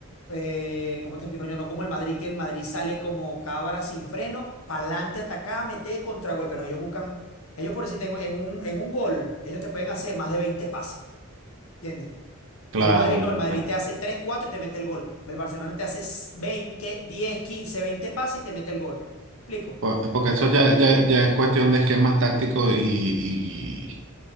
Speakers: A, on the left (about 75°); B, on the right (about 65°).
A: eh, ¿cómo te explico yo? No como el Madrid, que el Madrid sale como cabra sin freno, pa'lante, atacada, mete contragolpe. No, ellos buscan, ellos por decir, tengo en un, en un gol, ellos te pueden hacer más de 20 pases, ¿entiendes?
B: claro.
A: El Madrid no, el
B: o
A: Madrid
B: sea,
A: te hace 3 4 y te mete el gol. El Barcelona te hace 20, 10, 15, 20 pases y te mete el gol. ¿Explico?
B: po- Porque
A: Bu-
B: eso ya, ya, ya es cuestión de esquemas tácticos y, y,